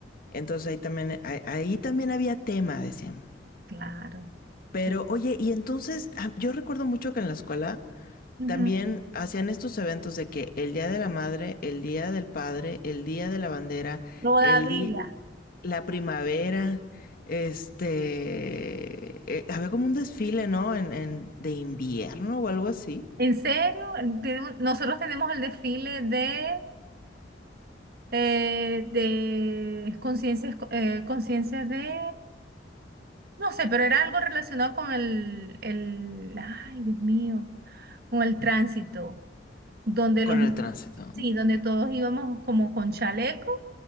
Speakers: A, on the left; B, on the right.
A: Entonces ahí también, ahí, ahí también había tema, decían.
B: claro.
A: Pero
B: sí.
A: oye, y entonces ah, yo recuerdo mucho que en la escuela
B: Ujú.
A: también hacían estos eventos de que el Día de la Madre, el Día del Padre, el Día de la Bandera,
B: Todavía.
A: el día, la primavera, este, eh, había como un desfile, ¿no? En, en- de invierno o algo así,
B: ¿En serio? Tenemos- Nosotros tenemos el desfile de, eh, de conciencias, eh, conciencias de, no sé, pero era algo relacionado con el, el, ay, Dios mío, con el tránsito, donde
A: con
B: los,
A: el tránsito.
B: sí,
A: ¿no?
B: donde todos íbamos como con chaleco